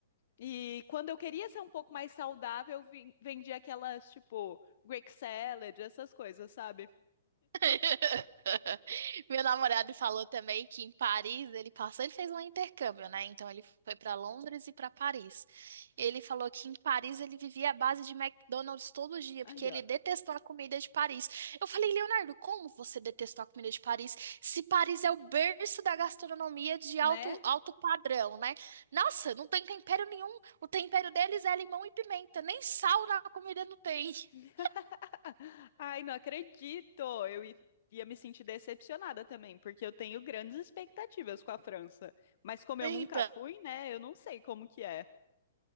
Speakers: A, on the left (about 60°); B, on the right (about 70°).
A: E quando eu queria ser um pouco mais saudável, eu vim- vendia aquelas, tipo, Greek salad, essas coisas, sabe?
B: <laughs> Meu namorado falou também que em Paris ele passou, ele fez um intercâmbio, né? Então ele foi para Londres e para Paris. Ele falou que em Paris ele vivia à base de McDonald's todo dia,
A: Aí,
B: porque ele
A: ó,
B: detestou a comida de Paris. Eu falei, Leonardo, como você detestou a comida de Paris? Se Paris é o berço da gastronomia de alto,
A: né?
B: alto padrão, né? Nossa, não tem tempero nenhum. O tempero deles é limão e pimenta, nem sal na comida não tem. <laughs>
A: <laughs> Ai, não acredito! Eu i- ia me sentir decepcionada também, porque eu tenho grandes expectativas com a França. Mas como eu
B: Então.
A: nunca fui, né? Eu não sei como que é,